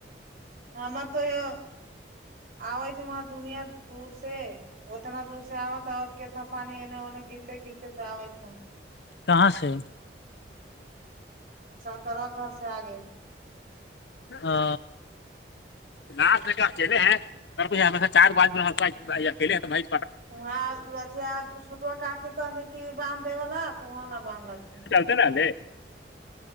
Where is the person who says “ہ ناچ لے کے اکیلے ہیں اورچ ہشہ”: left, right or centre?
Left